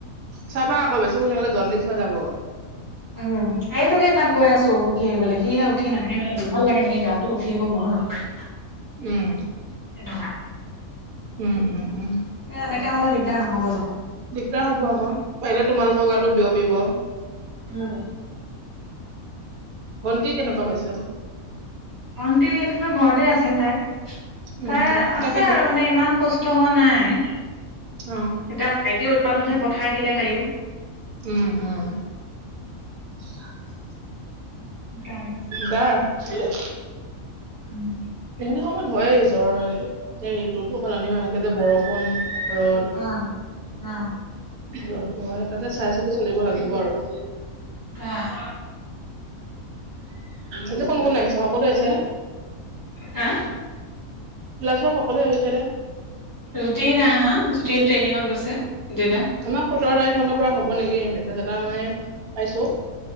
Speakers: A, on the right; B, on the left.
A: চাবা আকৌ বেছি শুই থাকিলে জন্দিছ হৈ যাব।
B: উম' সেইটোকে তাক কৈ আছো উঠি আহিবলৈ সিহে উঠি নাহে মানে দুৰ্বল লাগে নেকি গাটো, উঠি আহিব মন নকৰে
A: উম,
B: সেইটো কাৰণে।
A: উম' উম' উম'।
B: এ এনেকে হ'লে দিগদাৰ নহ'ব জানোঁ।
A: দিগদাৰ হ'ব আক, পাৰিলে তোমালোকৰ গাতো বিয়পিব।
B: উম'
A: ভণ্টি কেনেকুৱা পাইছে আকৌ?
B: ভন্টি এতিয়াতো ঘৰতে আছে তাই।
A: উম
B: তাই
A: উম
B: আছে
A: তাকেতো
B: আৰু মানে ইমান সুষ্ট হোৱা নাই।
A: অ
B: এতিয়া ভাইটি উতপাতহে পঠাই দিলে তাইও।
A: উম' উম'। <inaudible>
B: সেই কাৰণে
A: দা, এৰি দে
B: উম'
A: এইখিনি সময়ত হয়েই জ্বৰ, ঋতুতো সলনি হৈ থাকে যে বৰষুণ, ৰ'দ।
B: অ' অ'।
A: ৰ'দ হয়, তাতে চাই চিতি চলিব লাগিব আৰু।
B: অ এতিয়া
A: এই যে কোন কোন আহিছে? সকলো আহিছে নে?
B: হা?
A: ল'ৰা-ছোৱালী সকলোৱে আহিছে নে?
B: জুতি নাই আহা, জুতি ট্ৰেইনিঙত গৈছে এতিয়া।
A: আমাৰ সোতৰ তাৰিখ মানৰ পৰা হ'ব নেকি, মেছেজ এটা মানে পাইছোঁ।